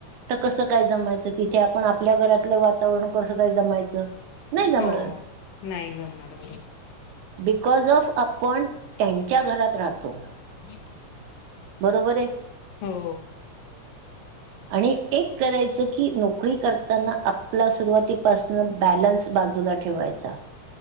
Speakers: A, on the right; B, on the left.
A: तर कसं काय जमायचं? तिथे आपण आपल्या घरातलं वातावरण कसं काय जमायचं? नाही जमणार
B: हो. नाही जमणार. बरोबर.
A: बिकॉज ऑफ आपण, त्यांच्या घरात राहतो.
B: <inaudible>
A: बरोबरय?
B: हो.
A: <inaudible> आणि एक करायचं की, नोकरी करताना आपला, सुरुवातीपासनं बॅलन्स बाजूला ठेव ठेवायाचा.